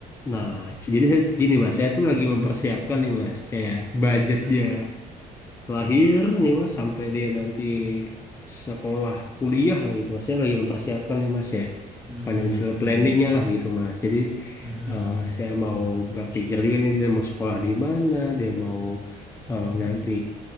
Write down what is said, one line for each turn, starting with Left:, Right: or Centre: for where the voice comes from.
Left: Nah, se- jadi saya gini Mas, saya tuh lagi mempersiapkan nih Mas, kayak budget
Centre: Mm-mm.
Left: dia lahir nih Mas sampai dia nanti sekolah kuliah lah gitu Mas. Saya lagi mempersiapkan nih Mas ya.
Centre: Mm-mm.
Left: financial planningnya lah gitu Mas. Jadi
Centre: Mm-mm.
Left: eh, saya mau berpikir juga nih dia mau sekolah di mana, dia mau eh, nanti